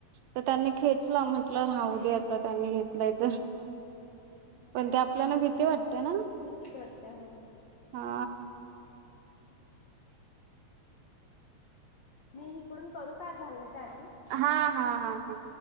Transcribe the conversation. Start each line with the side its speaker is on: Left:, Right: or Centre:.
Right: तर त्यांनी खेचला म्हटलं राहू दे आता त्यांनी घेतलाय तर
Left: होय
Right: पण ते आपल्याला भीती वाटते ना
Left: भीती वाटते होय
Right: हा
Left: मी इकडून करू काय झालंय त्यानी
Right: हा हा हा हा